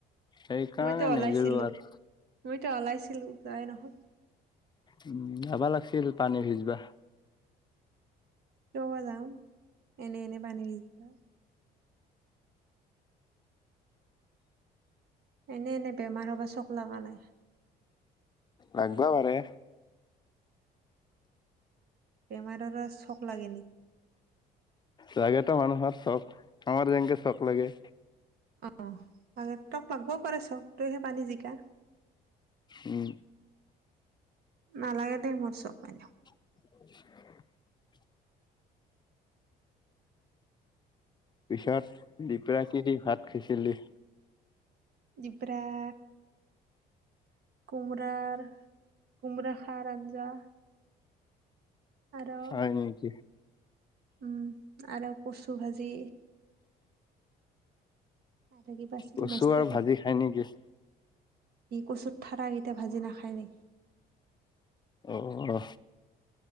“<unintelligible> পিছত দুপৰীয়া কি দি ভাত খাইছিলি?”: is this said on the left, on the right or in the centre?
Left